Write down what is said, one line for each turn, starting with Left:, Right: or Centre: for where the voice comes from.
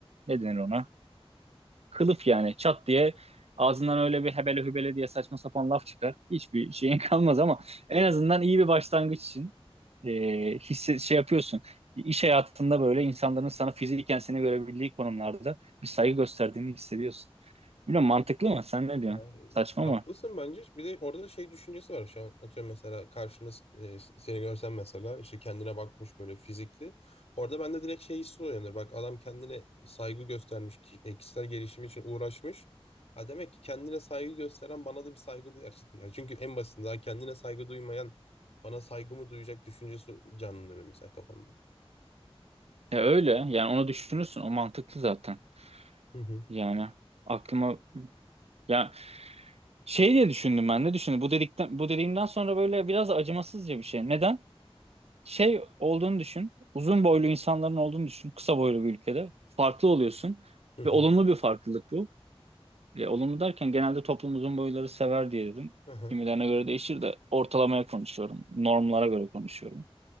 Right: Ne denir ona? kılıf yani çat diye ağzından öyle bir hebele hübele diye saçma sapan laf çıkar. Hiçbir şeyin <laughs> kalmaz ama en azından iyi bir başlangıç için e, hisse, şey yapıyorsun. İş hayatında böyle insanların sana fiziken seni görebildiği konumlarda bir saygı gösterdiğini hissediyorsun. Bilmiyorum mantıklı mı? Sen ne diyorsun?
Left: Ya,
Right: Saçma
Left: haklısın
Right: mı?
Left: bence. Bir de orada da şey düşüncesi var şu an. Atıyorum mesela karşımda e, seni görsem mesela işte kendine bakmış böyle fizikli. Orada bende direkt şey hissi uyanır. Bak adam kendine saygı göstermiş. ki- e, Kişisel gelişim için uğraşmış. Ha demek ki kendine saygı gösteren bana da bir saygı duyar. Yani çünkü en basitinden daha kendine saygı duymayan bana saygımı duyacak düşüncesi canlanıyor benim mesela kafamda.
Right: Ya öyle. Yani onu düşünürsün. O mantıklı zaten.
Left: Hı hı.
Right: Yani aklıma ya şey diye düşündüm ben de düşündüm. Bu dedikten bu dediğimden sonra böyle biraz acımasızca bir şey. Neden? şey olduğunu düşün. Uzun boylu insanların olduğunu düşün. Kısa boylu bir ülkede. Farklı oluyorsun.
Left: Hı hı.
Right: Ve olumlu bir farklılık bu. E, olumlu derken genelde toplum uzun boyları sever diye dedim.
Left: Aha.
Right: Kimilerine göre değişir de ortalamaya konuşuyorum. Normlara göre konuşuyorum.